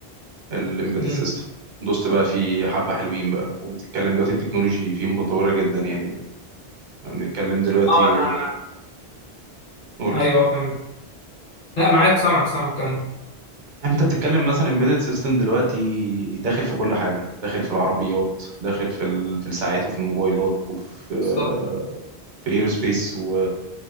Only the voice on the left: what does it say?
امم
اه انا
ايوه كمل لا معاك سامعك سامعك كمل
بالظبط